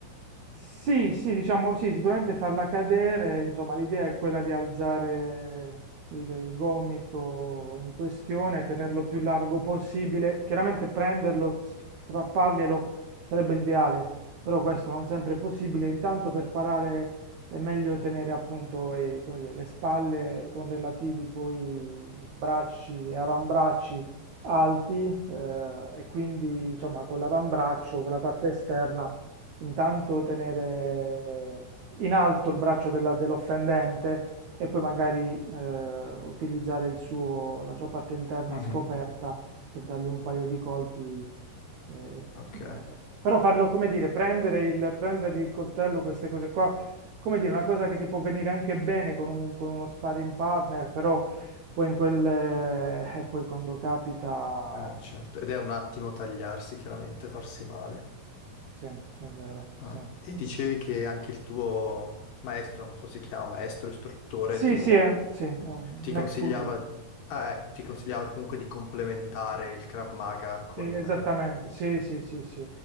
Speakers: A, on the right (about 80°); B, on the left (about 70°).
A: Sì, sì, diciamo sì, sicuramente farla cadere, insomma, l'idea è quella di alzare il, il gomito in questione, tenerlo più largo possibile. Chiaramente prenderlo, sp- strapparglielo sarebbe l'ideale, però questo non sempre è possibile. Intanto per parare è meglio tenere appunto eh, come dire, le spalle con relativi poi bracci e avambracci alti eh, e quindi insomma con l'avambraccio, con la parte esterna intanto tenere in alto il braccio della- dell'offendente e poi magari eh, utilizzare il suo- la sua parte interna
B: Mhm,
A: scoperta per dargli un paio di colpi. eh,
B: Ok,
A: eh, però farlo, come dire, prendere il, prendergli il coltello, queste cose qua, come dire, una cosa che ti può venire anche bene con, un- con uno sparring partner, però poi in quelle, eh, poi quando capita,
B: eh, certo. Ed è un attimo tagliarsi, chiaramente, farsi male.
A: sì, è vero,
B: Ah,
A: sì.
B: E dicevi che anche il tuo maestro, non so se si chiama maestro, istruttore,
A: Sì,
B: ti
A: sì, è, sì, è un
B: Ti consigliava,
A: ex pugile.
B: ah, eh, ti consigliava comunque di complementare il Krav Maga con...
A: Sì, esattamente,
B: eh,
A: sì, sì, sì, sì.